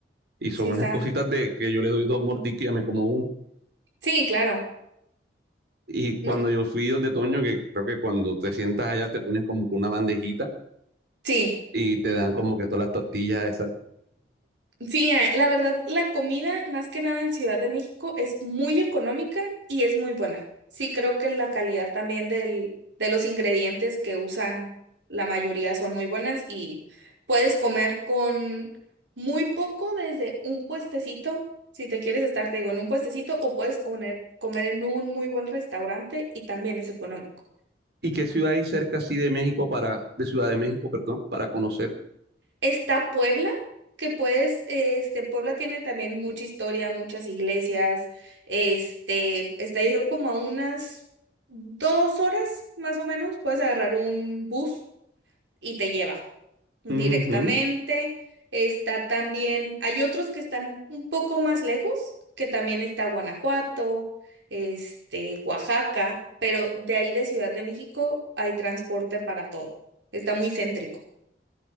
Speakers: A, on the right; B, on the right.
A: Y son
B: sí
A: unas
B: está.
A: cositas de que yo le doy dos mordiscos y ya me como uno.
B: Sí, claro.
A: Y cuando
B: No,
A: yo fui donde Toño, que creo que cuando te sientas allá te ponen como que una bandejita
B: sí.
A: y te dan como que todas las tortillas esas.
B: Sí, eh, la verdad, la comida, más que nada en Ciudad de México, es muy económica y es muy buena. Sí, creo que la calidad también del, de los ingredientes que usan, la mayoría son muy buenas y puedes comer con muy poco desde un puestecito. Si te quieres estar, te digo, en un puestecito o puedes comer, comer en un muy buen restaurante y también es económico.
A: ¿Y qué ciudad hay cerca así de México para, de Ciudad de México, perdón, para conocer?
B: Está Puebla, que puedes, este, Puebla tiene también mucha historia, muchas iglesias, este, está yo creo como a unas dos horas más o menos, puedes agarrar un bus y te lleva directamente.
A: Ujú.
B: Está también, hay otros que están un poco más lejos, que también está Guanajuato, este, Oaxaca, pero de ahí de Ciudad de México hay transporte para todo. Está muy céntrico.